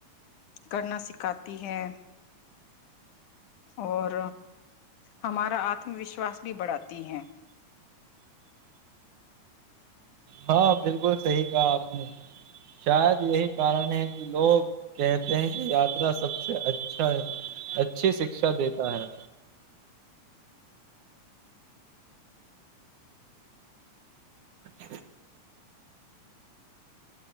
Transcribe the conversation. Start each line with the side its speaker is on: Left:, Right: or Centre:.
Left: کرنا سکھاتی ہے اور ہمارا آتم وشواس بھی بڑھاتی ہے
Right: ہاں بالکل صحیح کہا آپ نے شاید یہی کارن ہے کہ لوگ کہتے ہیں کہ یاترا سب سے اچھا ہے اچھی شکشا دیتا ہے <inaudible>